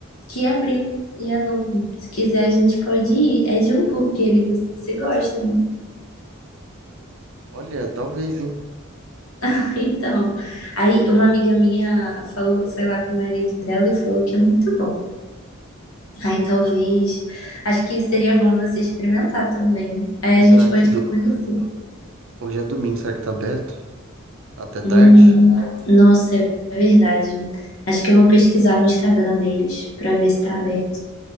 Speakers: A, on the left; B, on the right.
A: que abriu e é novo. Se quiser, a gente pode ir. É de hambúrguer e você gosta, né?
B: Olha, talvez, hein?
A: <laughs> Então, aí uma amiga minha falou, foi lá com o marido dela e falou que é muito bom. Aí talvez, acho que seria bom você experimentar também. Aí
B: Mas
A: a gente
B: será
A: pode
B: que do-
A: conhecer.
B: hoje é domingo? Será que tá aberto? Até tarde?
A: Hum, nossa, é verdade. Acho que eu vou pesquisar no Instagram deles para ver se tá aberto.